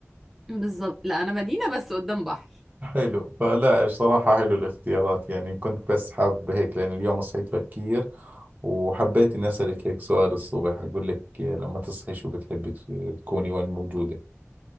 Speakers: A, in the centre; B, on the right (about 40°).
A: بالظبط لا أنا مدينة بس قدام بحر
B: حلو فلا بصراحة حلو الاختيارات يعني كنت بس حاب هيك لأن اليوم صحيت بكير وحبيت إني أسألك هيك سؤال الصبح أقول لك لما تصحي شو بتحبي ت- تكوني وين موجودة